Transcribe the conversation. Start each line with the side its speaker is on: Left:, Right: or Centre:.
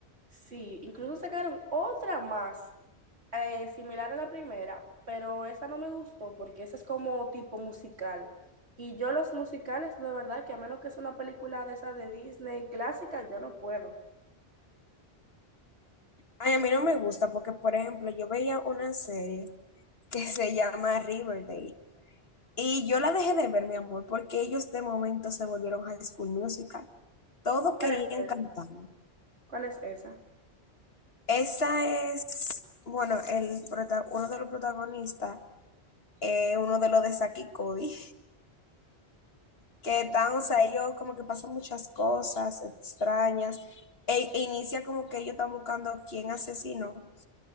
Right: Sí, incluso sacaron otra más eh, similar a la primera, pero esa no me gustó porque esa es como tipo musical. Y yo los musicales, de verdad, que a menos que sea una película de esa de Disney clásica, yo no puedo.
Left: Ay, a mí no me gusta porque, por ejemplo, yo veía una serie que se llama Riverdale y yo la dejé de ver, mi amor, porque ellos de momento se volvieron High School Musical. Todos querían
Right: ¿Cuál es esa?
Left: cantar.
Right: ¿Cuál es esa?
Left: Esa es, bueno, el prota- uno de los protagonistas, eh, uno de los de Saki y Cody, que están, o sea, ellos como que pasan muchas cosas extrañas, e, e inicia como que ellos están buscando quién asesinó